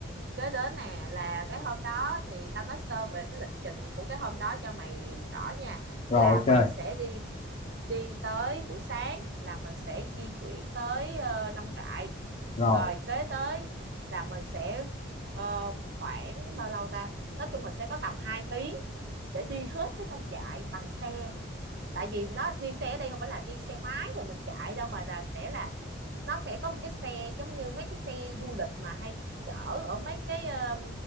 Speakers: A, on the right; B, on the left.
A: kế đến nè là cái hôm đó thì tao nói sơ về cái lịch trình của cái hôm đó cho mày rõ nha
B: rồi
A: là
B: ok
A: mình sẽ đi đi tới buổi sáng là mình sẽ di chuyển tới ờ, nông trại
B: rồi
A: rồi kế tới là mình sẽ ờ, khoảng bao lâu ta nói chung mình sẽ có tầm 2 tiếng để đi hết cái nông trại bằng xe tại vì nó đi xe ở đây không phải là đi xe máy rồi mình chạy đâu mà là sẽ là nó sẽ có một cái xe giống như mấy cái xe du lịch mà hay chở ở mấy cái um,